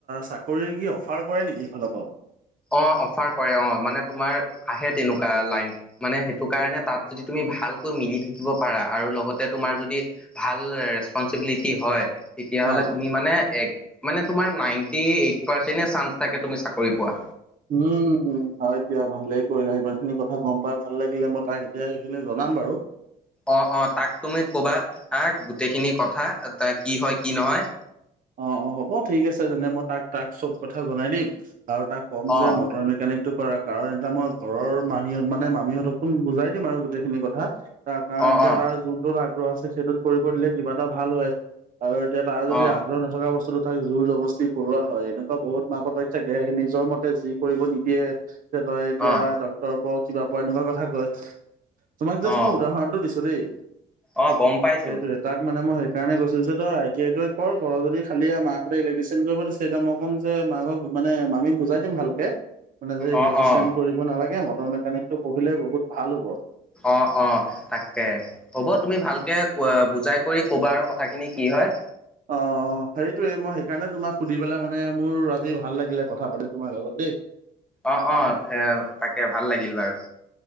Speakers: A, on the right (about 55°); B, in the centre.
A: চাকৰি কি অফাৰ কৰে নেকি এইফালৰ পৰাও?
B: অ, অফাৰ কৰে অ, মানে তোমাৰ আহে তেনেকুৱা লাইন মানে সেইটো কাৰণে তাত যদি তুমি ভালকৈ মিলি থাকিব পাৰা আৰু লগতে তোমাৰ যদি ভাল ৰেচপঞ্চিবিলিটি হয় তেতিয়লে
A: অ
B: তুমি মানে এক মানে তোমাৰ নাইনটি এইট পাৰ্চেনে চাঞ্চ তাকে তুমি চাকৰি পোৱা।
A: উম, হয় দিয়া ভালে কৰিলা ইমান খিনি কথা গম পাই ভাল লাগিলে মই তাক এতিয়া সেইখিনি জনা নাম বাৰু।
B: অ', অ', তাক তুমি ক'বা আহ, গোটেইখিনি কথা এ তে কি হয় কি নহয়।
A: অ', অ', হ'ব ঠিক আছে তেনে মই তাক-তাক চব কথা জনাই দিম। আৰু তাক ক'ম
B: অ
A: যে মটৰ এনেকে-এনেক টো কৰা কাৰণ এতিয়া মই ঘৰৰ মানিহত মানে মামিহঁতকো বুজাই দিম আৰু গোটেইখিনি কথা। তা কাৰণ
B: অ
A: এতিয়া
B: অ
A: তাৰ যোনটোত আগ্ৰহ আছে সেইটোত কৰিব দিলে কিবা এটা ভাল হয়। আৰু এতিয়া তাৰ যদি
B: অ
A: আ থকা বস্তুটো তাক জোৰ জবৰ্তি কৰোৱা হয় এনেকুৱা বহুত মাক - বাপেক থাকে সি নিজৰ মতে যি কৰিব নিদিয়ে যে তই এতিয়া
B: অ
A: ডক্তৰৰ ওপৰ কিবা পৰা এনেকুৱা কথা কয়। তোমাক জাষ্ট
B: অ
A: মই উদাহৰণটো দিছোঁ দেই,
B: অ গম পাইছো
A: সেইটোৱে তাক মানে মই সেইকাৰণে কৈছোঁ যে, তই আ টি আই টোৱে কৰ। কৰ যদি খালি আৰু মাকহঁতে ইলেক্ট্ৰিচিয়ান কৰিব দিছে, এতিয়া মই কম যে, মাকক মানে মামীক বুজাই দিম ভালকে। মানে যে, ইলেক্ট্ৰিচিয়ান
B: অ অ
A: কৰিব নালাগে মটৰ মেকানিকটো পঢ়িলে বহুত ভাল হ'ব।
B: অ', অ', তাকে, হ'ব তুমি ভালকে <unintelligible> বুজাই কৰি ক'বা আৰু কথাখিনি কি হয়।
A: অ', অ', সেইটোয়ে মই সেইকাৰণে তোমাক সুধি পেলাই মানে মোৰ আজি ভাল লাগিলে কথা পাতি তোমাৰ লগত দেই।
B: অ', অ', এ তাকে ভাল লাগিল বাৰু।